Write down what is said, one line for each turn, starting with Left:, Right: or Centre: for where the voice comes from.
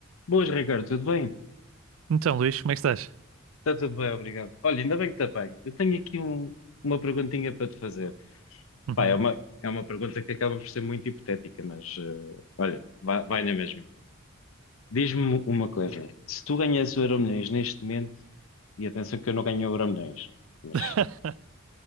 Left: Boas, Ricardo, tudo bem?
Right: Então, Luís, como é que estás?
Left: Está tudo bem, obrigado. Olha, ainda bem que está bem. Eu tenho aqui um- uma perguntinha para te fazer.
Right: Uhum.
Left: Pá, é uma, é uma pergunta que acaba por ser muito hipotética, mas eh, olha, vai, vai na mesma. Diz-me uma coisa: se tu ganhasses o Euromilhões neste momento, e atenção que eu não ganho o Euromilhões, mas,
Right: <laughs>